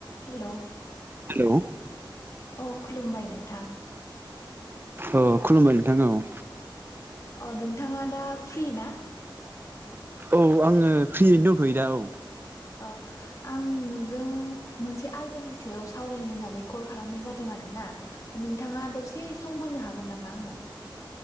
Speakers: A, on the left; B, on the right.
A: हेल'
B: hello औ
A: अ खुलुमबाय नोंथां
B: औ खुलुमबाय नोंथां औ
A: औ नोंथाङा दा फ्रि ना
B: औ आङो फ्रियैनो दंथ'यो दा औ
A: औ आं नोंजों मोनसे आयदानि सायाव सावरायनो होननानै कल खालामनाय जादों आरोना दा नोंथाङा दसे सम होनो हागोन नामा आंनो